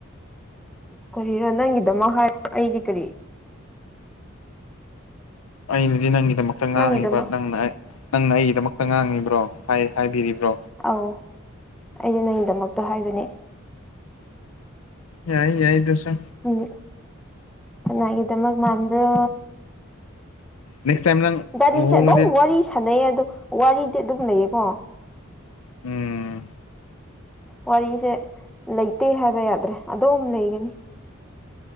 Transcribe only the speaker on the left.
ꯑꯩꯅꯗꯤ ꯅꯪꯒꯤꯗꯃꯛꯇ ꯉꯥꯡꯉꯤꯕ
ꯅꯪꯅ ꯅꯪꯅ ꯑꯩꯒꯤꯗꯃꯛꯇ ꯉꯥꯡꯉꯤꯕ꯭ꯔꯣ ꯍꯥꯏꯕꯤꯔꯤꯕ꯭ꯔꯣ
ꯌꯥꯏ ꯌꯥꯏꯗꯁꯨ
ꯅꯦꯛꯁ ꯇꯥꯏꯝ ꯅꯪ
ꯂꯨꯍꯣꯡꯕꯗꯤ
ꯎꯝ